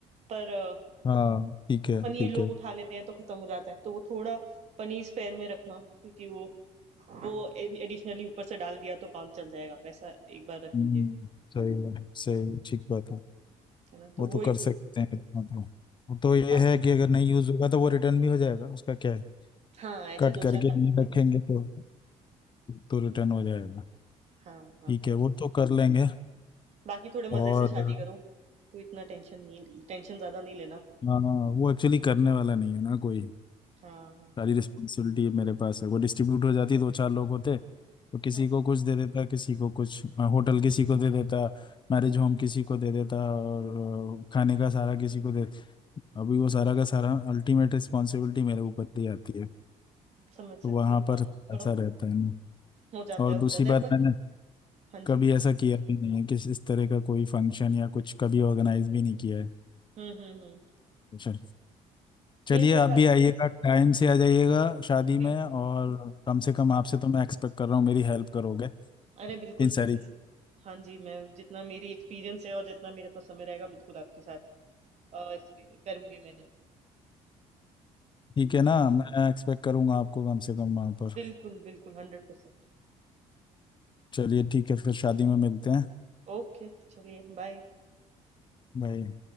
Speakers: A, on the right (about 55°); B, on the left (about 35°).
A: पर अ,
B: हाँ ठीक है
A: पनीर
B: ठीक
A: लोग
B: है
A: उठा लेते हैं तो खत्म हो जाता है। तो वो थोड़ा पनीर स्पेयर में रखना क्योंकि वो वो ए एडिशनली ऊपर से डाल दिया तो काम चल जाएगा। वैसा एक बार रख
B: हम्म,
A: लीजिएगा,
B: सही है सही ठीक बात है
A: है ना? तो
B: वो
A: वो
B: तो कर
A: 1-2
B: सकते
A: चीज़ें
B: हैं मतलब वो तो ये
A: हाँ,
B: है कि अगर नहीं यूज होगा तो वो रिटर्न भी हो जाएगा उसका क्या है
A: हाँ, ऐसे
B: कट
A: 2-4
B: करके
A: पैकेट्स
B: नहीं रखेंगे
A: एक्स्ट्रा
B: तो तो रिटर्न हो जाएगा
A: हाँ, हाँ,
B: ठीक
A: हाँ।
B: है वो तो कर लेंगे
A: बाकी थोड़े मज़े
B: और
A: से शादी करो, कोई इतना टेंशन नहीं टेंशन ज़्यादा नहीं लेना।
B: हाँ वो एक्चुअली करने वाला नहीं है ना कोई
A: हाँ, हाँ।
B: सारी रिस्पॉन्सिबिलिटी मेरे पास है वो डिस्ट्रीब्यूट हो जाती दो चार लोग होते तो किसी
A: हाँ जी।
B: को कुछ दे देता किसी को कुछ होटल किसी को दे देता मैरिज होम
A: हुँ,
B: किसी को दे देता और अ, खाने का सारा किसी को दे अभी वो सारा का सारा अल्टीमेट रिस्पॉन्सिबिलिटी मेरे ऊपर ही आती है
A: समझ सकती
B: तो वहाँ
A: हूँ। हाँ,
B: पर
A: वो थोड़ा
B: ऐसा रहता है ना
A: हो जाता
B: और
A: है हो
B: दूसरी
A: जाता
B: बात
A: है पर
B: मैंने
A: हाँ जी।
B: कभी ऐसा किया भी नहीं है कि इस तरह का कोई फंक्शन या कुछ कभी ऑर्गेनाइज भी नहीं किया
A: हुँ, हुँ, हुँ।
B: है चलिए
A: नहीं, सही
B: आप
A: बात
B: भी आइएगा
A: है।
B: टाइम से आ जाइएगा शादी
A: बिल्कुल।
B: में और कम से कम आपसे तो मैं एक्सपेक्ट कर रहा हूँ मेरी हेल्प करोगे
A: अरे बिल्कुल,
B: इन
A: बिल्कुल।
B: सारी
A: हाँ जी, मैं जितना मेरी एक्सपीरियंस है और जितना मेरे पास समय रहेगा बिल्कुल आपके साथ अ, एक्सपी करूँगी मैं हेल्प।
B: ठीक है ना मैं एक्सपेक्ट करूँगा आपको कम से कम वहाँ पर
A: बिल्कुल, बिल्कुल 100%
B: चलिए ठीक है फिर शादी में मिलते हैं
A: ओके, चलिए बाय।
B: भाई